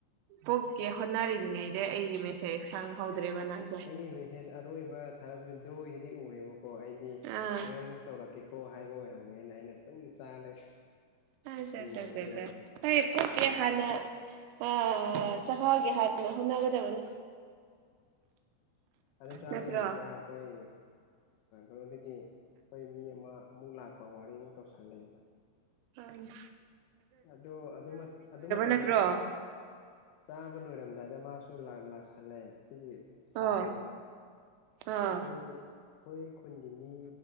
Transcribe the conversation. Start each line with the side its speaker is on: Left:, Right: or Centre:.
Right: ꯄꯣꯛꯀꯦ ꯍꯣꯠꯅꯔꯤꯉꯩꯗ ꯑꯩꯒꯤ ꯃꯦꯁꯦꯖ ꯈꯪꯍꯧꯗ꯭ꯔꯦꯕ ꯅꯪ
Left: ꯅꯪꯒꯤ ꯃꯦꯁꯦꯁ ꯑꯔꯣꯏꯕ ꯊꯥꯔꯛꯄꯁꯤ ꯑꯔꯣꯏꯕꯗꯨꯗꯤ ꯎꯔꯦꯕꯀꯣ ꯑꯩꯗꯤ
Right: ꯑꯥ
Left: ꯍꯣꯔꯦꯟꯃꯨꯛ ꯇꯧꯔꯛꯀꯦꯀꯣ ꯍꯥꯏꯕ ꯑꯣꯏꯔꯝꯕꯅꯤꯅ ꯑꯩꯅ ꯑꯗꯨꯨꯝ ꯆꯥꯔ
Right: <unintelligible>
Left: ꯌꯦꯡꯍꯧꯗ꯭ꯔꯦꯕ
Right: ꯑꯣ ꯆꯥꯕꯒꯤ ꯍꯥꯟꯅ ꯍꯣꯠꯅꯒꯗꯕꯅꯤ
Left: ꯑꯗ ꯆꯥꯔꯤꯉꯩꯁꯤꯗ
Right: ꯅꯠꯇ꯭ꯔꯣ
Left: ꯑꯩꯈꯣꯏ ꯑꯗꯨꯗꯒꯤ ꯑꯩꯈꯣꯏ ꯃꯤ ꯑꯃ ꯑꯃꯨꯛ ꯂꯥꯛꯄ ꯋꯥꯔꯤꯃꯨꯛ ꯇꯧꯁꯜꯂꯛꯑꯦꯕ
Right: ꯑ
Left: ꯑꯗꯨ ꯑꯗꯨ ꯑꯗꯨ ꯃꯇꯝꯗꯣ
Right: ꯅꯠꯇ꯭ꯔꯣ
Left: ꯆꯥꯕ ꯂꯣꯏꯔꯝꯗꯥꯏꯗ ꯃꯥꯁꯨ ꯂꯥꯛꯁꯜꯂꯦ ꯁꯤꯒꯤ ꯏꯁꯇꯥꯞꯅꯦꯕ
Right: ꯑꯣ ꯑꯥ
Left: ꯑꯩꯈꯣꯏ ꯑꯩꯈꯣꯏ ꯈꯨꯟꯒꯤ ꯃꯤ